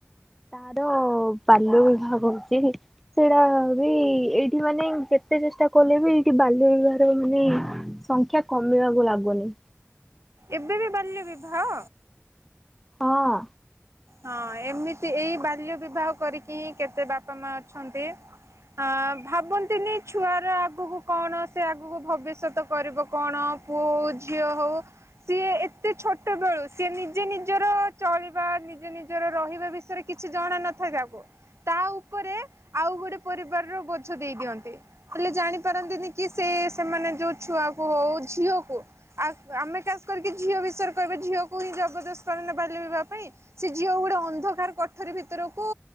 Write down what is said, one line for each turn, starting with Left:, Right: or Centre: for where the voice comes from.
Centre: ତାର ବାଲ୍ୟ ବିଭାହ ହଉଚି। ସେଇଟା ବି ଏଇଠି ମାନେ ଯେତେ ଚେଷ୍ଟା କଲେ ବି ଏଇଠି ବାଲ୍ୟ ବିବାହାର ମାନେ ସଂଖ୍ୟା କମିବାକୁ ଲାଗୁନି।
Right: ଏବେ ବି ବାଲ୍ୟ ବିବାହ।
Centre: ହଁ।
Right: ହଁ ଏମିତି ଏଇ ବାଲ୍ୟ ବିବାହ କରିକି ହିଁ କେତେ ବାପା ମା ଅଛନ୍ତି ଆ ଭାବନ୍ତିନି ଛୁଆର ଆଗକୁ କଣ ସେ ଆଗକୁ ଭବିଷ୍ୟତକୁ କରିବ କଣ ପୁଅ ହଉ ଝିଅ ହଉ ସିଏ ଏତେ ଛୋଟ ବେଳୁ ସିଏ ନିଜେ ନିଜର ଚଳିବା ନି ନିଜେ ନିଜର ରହିବା ବିଷୟରେ କିଛି ଜଣା ନଥାଏ ତାକୁ ତା ଉପରେ ଆଉ ଗୋଟେ ପରିବାରର ବୋଝ ଦେଇ ଦିଅନ୍ତି। ହେଲେ ଜାଣି ପାରନ୍ତିନି କି ସେ ସେମାନେ ଯୋଉ ଛୁଆକୁ ହଉ ଝିଅକୁ ଆଉ ଆମେ ଖାସ୍ କରିକି ଝିଅ ବିଷୟରେ କହିବା ଝିଅକୁ ହିଁ ଜବରଦସ୍ତ କରିନେ ବାଲ୍ୟ ବିବାହ ପାଇଁ ସେ ଝିଅ ଗୋଟେ ଅନ୍ଧକାର କଠରୀ ଭିତରକୁ